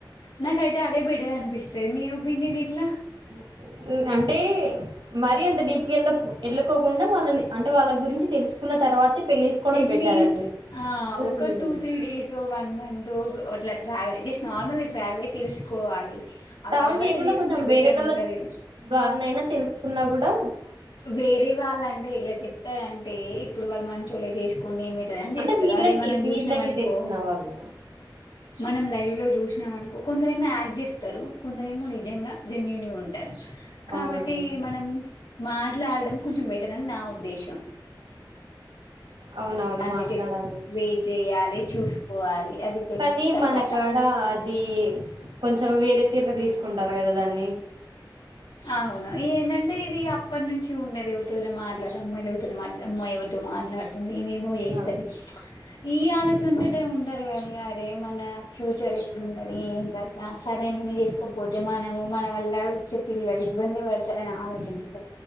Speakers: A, on the left (about 80°); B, on the right (about 80°).
A: నాకయితే అదే బెటర్ అనిపిస్తది మీ ఒపీనియన్ ఎట్లా
B: ఉ అంటే మరీ అంత డీప్గా ఎళ్ళ ఎళ్ళకోకుండా వాళ్ళని అంటే వాళ్ళ గురించి. తెలుసుకున్న తర్వాతే పెళ్లి చేసుకోవడం
A: ఎట్లీస్ట్
B: బెటర్ అండి
A: ఆ
B: ఉమ్
A: ఒక టూ తీ డేస్ వన్ మంత్. తోగ్ అట్లా ట్రావెలే జస్ట్ నార్మల్ గా ట్రావెలే తెలుసుకోవాలి. ఆ
B: ట్రావెల్
A: తర్వాత
B: చేయకున్న
A: చేసుకుంటే
B: కొంచెం వేరేటోళ
A: బెటర్ ఉంటది.
B: ద్వారానైనా తెలుసుకున్నా గూడా.
A: వేరే వాళ్ళంటే ఇలా చెప్తారంటే, ఇప్పుడు వాళ్ మంచోలే చేసుకోండి ఏమ. తదన్ జెప్తరు
B: అంటే వీళ్ళకి
A: అదే మనం
B: వీళ్ళకి
A: జూశ్నం అనుకో
B: తెలిసిన వాళ్ళు
A: మనం లైవ్ లో జూసి నామనుకో కొందరేమో యాక్ట్ చేస్తారు, కొందరేమో నిజంగా జెన్యూన్ గా ఉంటరు. కాబట్టీ
B: అవునండి
A: మనం మాట్లాడం కొంచెం బెటరని నా ఉద్దేశం
B: అవునవును
A: అందుకే
B: మాట్లాడాలి
A: వేట్ జేయాలి చూసుకోవాలి అది పెద్ద
B: కానీ మన
A: కథ
B: కాడ అది కొంచెం వేరే తీరుగ తీసుకుంటారు గదా దాన్ని
A: అవును ఏందంటే ఇది అప్పట్నుంచి ఉండేదే ఎవరితోనే మాట్లాదం, అమ్మాయిలు ఎవతోని మాట్లాడదు, అమ్మాయి ఎవరితో మాట్లాడదు. ఈమేమో ఏస్తది
B: ఆ
A: ఈ ఆలోచన టే ఉంటది గానీ అరే మన ఫ్యూచర్ ఎట్లుంటది, ఏం కథ, సరే నూనె చేసుకోపోతే మ. మనము మన వల్ల చె పిల్లలు ఇబ్బంది వడతరని ఆలోచించలే,